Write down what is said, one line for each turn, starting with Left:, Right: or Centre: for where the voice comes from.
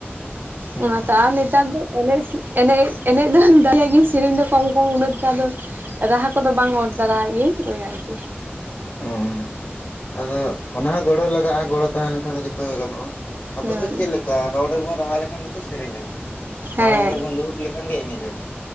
Left: ᱦᱮᱸ
Right: ᱚᱱᱟᱛᱮ ᱟᱨ ᱱᱮᱛᱟᱨ ᱫᱚ ᱮᱱᱮᱡ ᱮᱱᱮᱡ ᱮᱱᱮᱡ ᱫᱚ ᱫᱚᱧ ᱫᱟᱲᱮᱭᱟᱜ ᱜᱮᱭᱟᱧ ᱥᱮᱨᱮᱧ ᱫᱚ ᱠᱚᱢ ᱠᱚᱢ ᱩᱱᱟᱹᱜ ᱴᱟ ᱫᱚ ᱨᱟᱦᱟ ᱠᱚᱫᱚ ᱵᱟᱝ ᱚᱨ ᱫᱟᱨᱟᱭᱟᱜ ᱜᱤᱭᱟᱹᱧ ᱳᱭ ᱟᱨᱠᱤ᱾
Left: ᱚᱸ ᱟᱫᱚ ᱚᱱᱟ ᱦᱚᱸ ᱜᱚᱲᱚ ᱞᱟᱜᱟᱜᱼᱟ, ᱜᱚᱲᱚ ᱛᱟᱦᱮᱸ ᱞᱮᱱᱠᱷᱟᱱ ᱫᱚ ᱡᱚᱛᱚ ᱜᱮ ᱜᱟᱱᱚᱜᱼᱟ᱾ ᱟᱵᱚ
Right: ᱦᱩᱸ
Left: ᱫᱚ ᱪᱮᱫ ᱞᱮᱠᱟ? ᱨᱚᱲ ᱨᱮᱵᱚᱱ ᱨᱟᱦᱟ ᱞᱮᱠᱷᱟᱱ ᱜᱮᱛᱚ ᱥᱮᱨᱮᱧ ᱟᱵᱚᱱ
Right: ᱦᱮᱸ
Left: ᱛᱟᱲᱟᱢ ᱨᱮᱵᱚᱱ ᱞᱩᱦᱩᱠ ᱞᱮ ᱠᱷᱟᱱ ᱜᱮ ᱮᱱᱮᱡ ᱟᱵᱚ ᱾